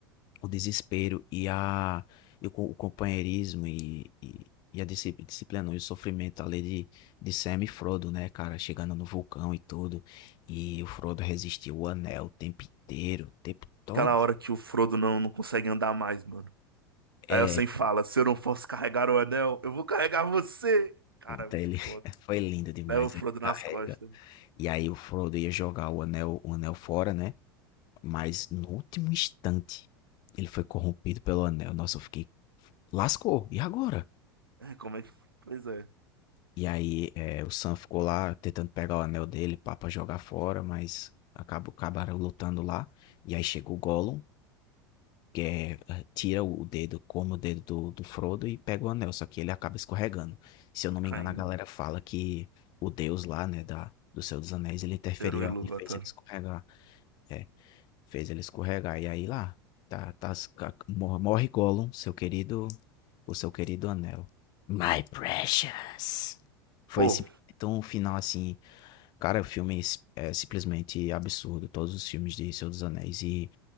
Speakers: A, on the left; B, on the right.
A: o desespero e a e o, co- o companheirismo e, e, e a disci- disciplina e o sofrimento ali de, de Sam e Frodo, né, cara, chegando no vulcão e tudo. E o Frodo resistiu o anel o tempo inteiro, o tempo todo.
B: Aquela hora que o Frodo não, não consegue andar mais, mano.
A: É,
B: Aí o Sen fala: se eu não fosse carregar o anel, eu vou carregar você. Cara,
A: pronto,
B: é muito
A: ele <laughs>
B: foda.
A: foi lindo demais,
B: Leva o Frodo
A: ele
B: nas
A: carrega.
B: costas.
A: E aí o Frodo ia jogar o anel, o anel fora, né? Mas no último instante ele foi corrompido pelo anel. Nossa, eu fiquei lascou. E agora?
B: É, como é que. Pois é.
A: E aí é, o Sam ficou lá tentando pegar o anel dele pá, pra jogar fora, mas acabou, acabaram lutando lá. E aí chega o Gollum, que é, é, tira o dedo, come o dedo do, do Frodo e pega o anel, só que ele acaba escorregando. Se eu
B: E
A: não
B: caindo.
A: me engano, a galera fala que o Deus lá, né, da, do Senhor dos Anéis, ele interferiu
B: Eru Ilúvatar.
A: e fez ele escorregar. É, fez ele escorregar. E aí lá, tá, tá, morre Gollum, seu querido o seu querido anel. My precious. Foi
B: Pô,
A: esse então, o final, assim, cara, o filme é simplesmente absurdo. Todos os filmes de Senhor dos Anéis. E